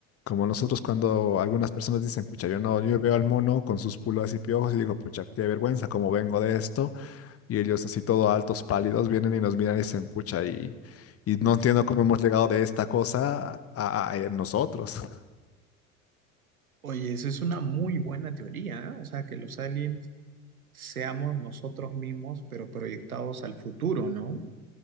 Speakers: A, on the left (about 35°); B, on the right (about 75°).
A: Como nosotros cuando algunas personas dicen, pucha, yo no, yo veo al mono con sus pulgas y piojos y digo, pucha, qué vergüenza, cómo vengo de esto. Y ellos así todo altos, pálidos, vienen y nos miran y dicen, pucha, y, y no entiendo cómo hemos llegado de esta cosa a, a- a nosotros. <laughs>
B: Oye, esa es una muy buena teoría, ¿eh? O sea, que los aliens seamos nosotros mismos, pero proyectados al futuro, ¿no?